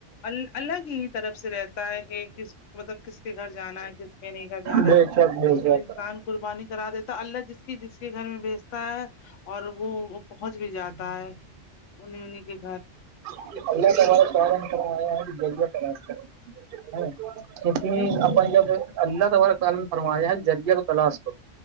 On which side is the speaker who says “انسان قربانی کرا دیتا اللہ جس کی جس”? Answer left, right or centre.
Left